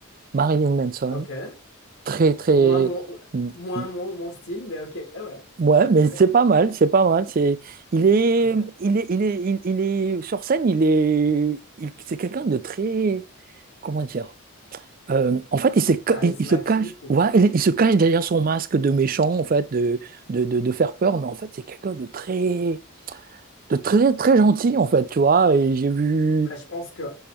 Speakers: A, on the right; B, on the left.
A: Marilyn Manson,
B: Ok.
A: très, très...
B: Moins mon,
A: Mm,
B: moins
A: mm,
B: mon, mon style, mais ok, ouais.
A: Ouais,
B: <laughs>
A: mais
B: Ouais,
A: c'est pas mal, c'est pas mal. C'est, il est,
B: ok.
A: il est, il est, il, il est sur scène, il est, il- c'est quelqu'un de très, comment dire, Euh, en fait, il se, ca-
B: Charismatique
A: il, il se cache,
B: ou
A: ouais,
B: comme ça.
A: il, il se cache derrière son masque de méchant, en fait, de, de, de, de faire peur, mais en fait, c'est quelqu'un de très, de très, très gentil, en fait, tu vois, et j'ai vu,
B: Bah, je pense que, de